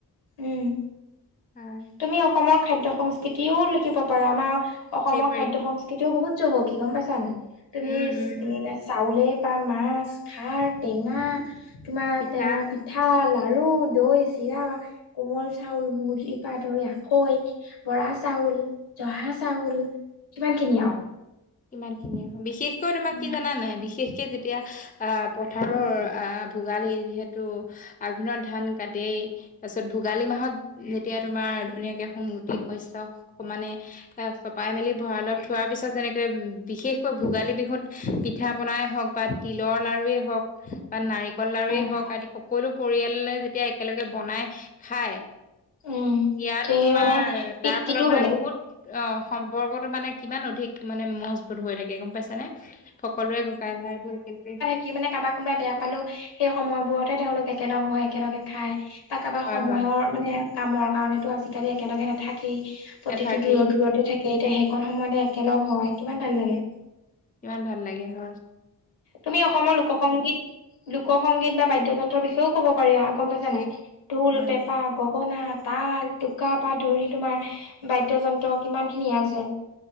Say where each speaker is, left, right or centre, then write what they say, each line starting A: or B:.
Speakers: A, on the left (about 80°); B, on the left (about 20°).
A: উম
B: হয়
A: তুমি অসমৰ খাদ্য সংস্কৃতিও লিখিব পাৰা আমাৰ অসমৰ
B: সেই পাৰি
A: খাদ্য সংস্কৃতিও বহুত চহকী গম পাইছা নাই তুমি
B: উম উম
A: চাউলে মাছ খাৰ টেঙা তোমাৰ
B: পিঠা
A: টেঙা পি পিঠা লাৰু দৈ চিৰা কোমল চাউল মুৰী দৈ আখৈ বৰা চাউল জহা চাউল ইমান খিনি আও
B: ইমানখিনি আও বিশেষকৈ তোমাক
A: উম
B: কি জানা নাই বিশেষকে যেতিয়া এতিয়া আহ পথাৰৰ আহ ভোগালী যিহেতু আঘোণৰ ধান কাতেই তাৰপিছত ভোগালী মাহত যেতিয়া তোমাৰ ধুনীয়াকে সোণগুটি শস্য মানে এ চপাই মেলি ভঁৰালত থোৱাৰ পিছত যেনেকে বিশেষকৈ ভোগালী বিহুত পিঠা পনাই হওক বা তিলৰ লাৰুৱে হওক বা নাৰিকল লাৰুৱেই
A: উম
B: হওক
A: উম
B: আদি সকলো পৰিয়ালে যেতিয়া একেলগে বনাই খায়
A: উম
B: ইয়াতো
A: সেই
B: তোমাৰ
A: মানে তৃপ্তিটোও
B: তাৰ ফলত মানে
A: বেলেগ
B: বহুত অ সম্পৰ্কতটো মানে কিমান অধিক মানে মজবুত হৈ থাকে গম পাইছা নে সকলোৰে ককাই ভাই বোৰ একেই নহয়
A: সি মানে কাৰোবাক কোনোবাই বেয়া পালো সেই সময়বোৰতে তেওঁলোক একেলগ হয় একেলগে খাই ত কাৰোবা
B: হয়
A: সময়ৰ
B: হয়
A: মানে কামৰ কাৰনে আজিকালি একেলগে নাথাকেই প্ৰতিটো
B: এঠাকি
A: দূৰত দূৰতে থাকে এতিয়া সেইকণ সময়তে একেলগ হয় কিমান ভাল লাগে
B: কিমান ভাল লাগে হয়
A: তুমি অসমৰ লোক সংংগীত লোক সংগীত বা বাদ্যযন্ত্ৰৰ বিষয়েও ক'ব পাৰি আও
B: ক'ব
A: গম পাইছা
B: পাৰি
A: নাই ঢোল
B: হয়
A: পেপা
B: হয়।
A: গগনা তাল টোকা পা ধৰি তোমাৰ বাদ্যযন্ত্ৰ কিমান খিনি আছে